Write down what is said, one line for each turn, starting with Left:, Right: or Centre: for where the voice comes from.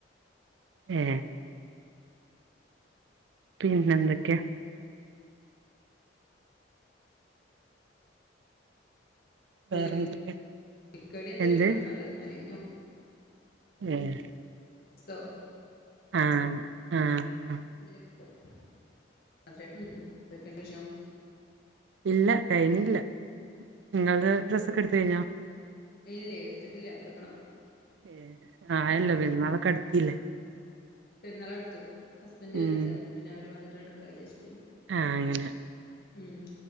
Right: ഏഹ് പിന്നെന്തൊക്ക്യാ? വേറെന്തൊക്കെയാ
Left: ഒര് <unintelligible>
Right: എന്ത് ഏഹ്
Left: സൊ
Right: ആഹ് ആഹ് ആഹ്
Left: <unintelligible>
Right: ഇല്ല, കഴിഞ്ഞില്ല. ഇങ്ങൾത് ഡ്രസ്സൊക്കെ ഇട്ത്ത് കയ്ഞ്ഞോ?
Left: ഇല്ലേ എടുത്തിട്ടില്ല എടുക്കണം
Right: ഏഹ്, ആയല്ലൊ
Left: ഉം
Right: പെര്ന്നാളൊക്കെ അട്ത്തീല്ലേ
Left: പെര്ന്നാളടുത്തു. ഹസ്ബൻഡ് വര്ന്ണ്ട്,
Right: ഉം
Left: അപ്പൊ പിന്നെ അവര് വന്നാട്ട് എടുക്കാ വിചാരിച്ചിട്ടേനി
Right: ആഹ് അങ്ങനെ
Left: ഉം